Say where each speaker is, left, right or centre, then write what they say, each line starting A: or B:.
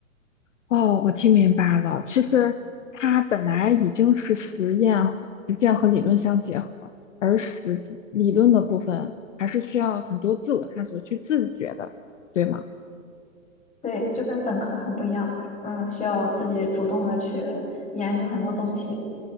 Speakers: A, on the left; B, on the left.
A: 哦，我听明白了。其实它本来已经是实验和实践和理论相结合，而实际理论的部分还是需要很多自我探索去自觉的，对吗？
B: 对，就跟本科很不一样，嗯，需要自己主动的去研究很多东西。